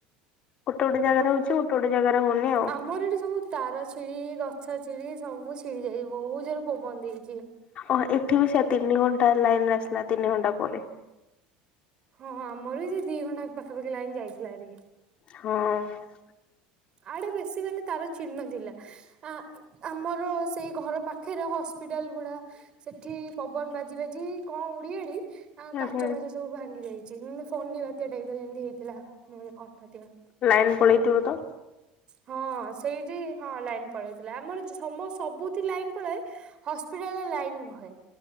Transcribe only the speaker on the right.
ଆମ୍
ଆମର ଏଠି ସବୁ ତାର ଛିଡି ଗଛ ଛିଡି ସବୁ ଛିଡି ଯାଇ, ବହୁତ ଜୋରରେ ପବନ ଦେଇଛି।
ହଁ ଆମର ବି ସେ ଦି ଘଣ୍ଟା ପାଖାପାଖି ଲାଇନ ଯାଇଥିଲା ହେରି।
ଆଡେ ବେଶୀ ମାନେ ତାର ଛିଡି ନଥିଲା। ଆ ଆମର ସେଇ ଘର ପାଖରେ ହସ୍ପିଟାଲ ଗୁଡା। ସେଠି ପବନ ବାଜି ବାଜି କଣ ଉଡିଆଡି ଆ
କାଚ
ଫାଚ ସବୁ ଭାଙ୍ଗି ଯାଇଛି, ଯେମିତି ଫୋନି ବାତ୍ୟା ଟାଇମରେ ଯେମିତି ହେଇଥିଲା। <unintelligible>
ହଁ ସେଇଠି ହଁ ଲାଇନ ପଳେଇଥିଲା ଆମର ସମ ସବୁଥି ଲାଇନ ପଳାଏ ହସ୍ପିଟାଲରେ ଲାଇନ ରହେ।